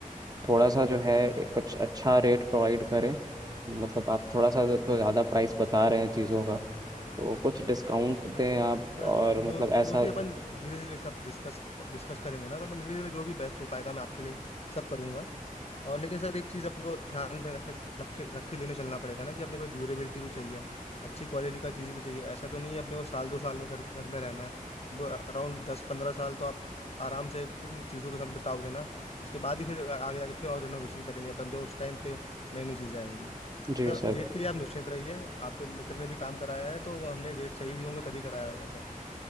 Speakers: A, on the right; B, on the left.
A: थोड़ा सा जो है कुछ अच्छा रेट प्रोवाइड करें मतलब आप थोड़ा सा तो ज़्यादा प्राइस बता रहे हैं चीज़ों का तो कुछ डिस्काउंट दें आप
B: सर
A: और
B: वो
A: मतलब ऐसा
B: वो भी अपन धीरे धीरे सब डिस्कस डिस्कस करेंगे ना तो अपन धीरे धीरे जो भी बेस्ट हो पाएगा मैं आपके लिए सब करूंगा और लेकिन सर एक चीज़ अपने को ध्यान में रखने रख के रख के लेने चलना पड़ेगा ना कि अपने को ड्यूरेबिलिटी भी चाहिए अच्छी क्वालिटी का चीज़ भी चाहिए ऐसा तो नहीं है अपने को साल दो साल में घर घर में रहना है वो अराउंड दस पंद्रह साल तो आप आराम से उन चीज़ों के साथ बिताओगे ना उसके बाद ही फिर आगे जाके फिर और रिनोवेशन करेंगे अपन जो उस टाइम पे नई नई चीज़ें आएंगी
A: जी
B: सर
A: सर
B: रेट के लिए आप निश्चिंत रहिए आपके मित्र ने भी काम कराया है तो हमने रेट सही दिए होंगे तभी कराया होगा सर